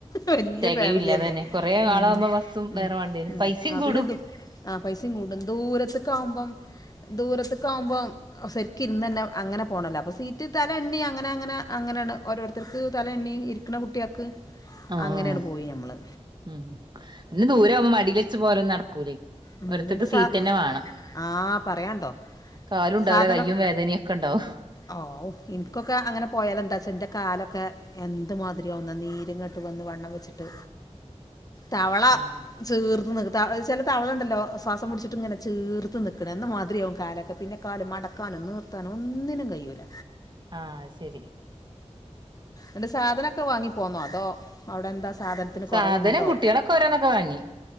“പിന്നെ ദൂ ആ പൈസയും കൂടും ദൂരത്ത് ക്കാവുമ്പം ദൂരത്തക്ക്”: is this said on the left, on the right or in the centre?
Left